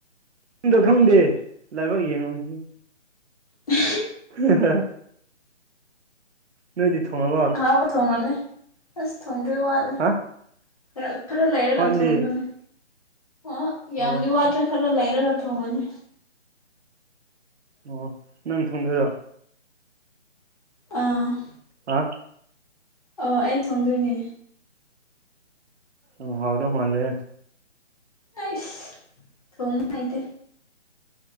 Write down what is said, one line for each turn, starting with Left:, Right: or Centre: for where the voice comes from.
Right: ꯌꯨꯝꯗ
Left: ꯑꯥ
Right: ꯈꯪꯗꯦ
Left: ꯃꯥꯅꯦ
Right: ꯂꯥꯏꯕꯛ ꯌꯦꯡꯉꯒ
Left: ꯎ
Right: ꯍꯥ ꯍꯥ ꯅꯣꯏꯗꯤ ꯊꯣꯡꯉꯕꯣ
Left: ꯑꯍꯥꯎꯕ ꯊꯣꯡꯉꯝꯅꯤ ꯑꯁ ꯊꯣꯡꯗ꯭ꯔꯤ ꯋꯥꯠꯂꯤ
Right: ꯍꯥ
Left: ꯈꯔ ꯈꯔ ꯂꯩꯔꯒ
Right: ꯋꯥꯠꯂꯤ
Left: ꯊꯣꯡꯗꯣꯏꯅꯦ ꯑ ꯌꯥꯝꯗꯤ
Right: ꯑꯣ
Left: ꯋꯥꯠꯇ꯭ꯔꯦ ꯈꯔ ꯂꯩꯔꯒ ꯊꯣꯡꯉꯅꯤ
Right: ꯑꯣ ꯅꯪ ꯊꯨꯡꯗꯔꯣ
Left: ꯎꯝ
Right: ꯍꯥ
Left: ꯑꯣ ꯑꯩ ꯊꯣꯡꯗꯣꯏꯅꯦ
Right: ꯎ ꯍꯥꯎꯗꯣ ꯃꯥꯂꯦ
Left: ꯑꯁ ꯊꯣ ꯍꯥꯏꯇꯦ